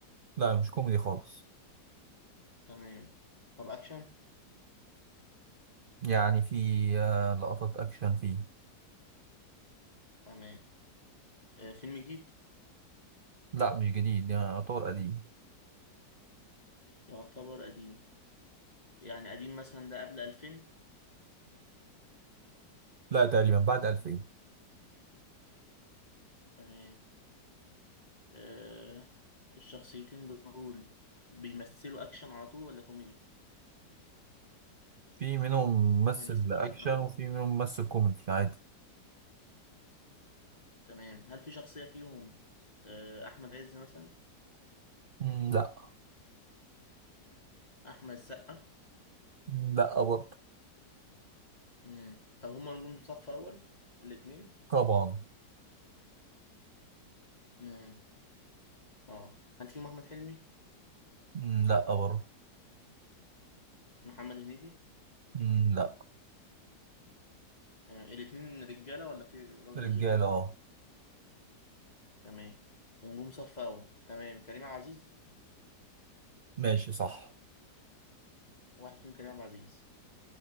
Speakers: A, on the right (about 85°); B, on the left (about 25°).
A: لا مش كوميدي خالص
B: تمام طب أكشن
A: يعني في آه، لقطات أكشن فيه
B: تمام آه، فيلم جديد
A: لا مش جديد يعني يعتبر قديم
B: يعتبر قديم يعني قديم مثلا ده قبل 2000
A: لا تقريبا بعد 2000
B: تمام آه، الشخصيتين دول بيمثلوا أكشن على طول ولا كوميدي؟
A: في منهم ممثل
B: بيمثلوا
A: أكشن
B: أكشن على طول
A: وفي منهم ممثل كوميدي عادي
B: تمام هل في شخصية فيهم آه، أحمد عز مثلا
A: مم، لا
B: أحمد السقا
A: مم، لا برضه
B: مم. طب هما نجوم صف أول الاتنين
A: طبعا
B: مم. اه هل فيهم أحمد حلمي
A: مم، لا برضه
B: محمد هنيدي
A: مم، لا
B: تمام الاتنين رجالة ولا في راجل
A: رجالة
B: وست
A: اه
B: تمام ونجوم صف أول تمام كريم عبد العزيز
A: ماشي صح
B: واحد فيهم كريم عبد العزيز